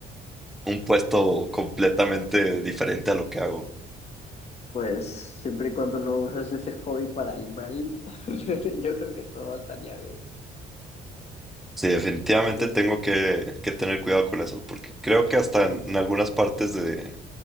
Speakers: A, in the centre; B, on the left.
A: un puesto completamente diferente a lo que hago.
B: Pues siempre y cuando no usas ese hobby para el mal, <laughs> yo creo que todo estaría bien.
A: Sí, definitivamente
B: Pues
A: tengo que, que tener cuidado con eso, porque creo que hasta en, en algunas partes de,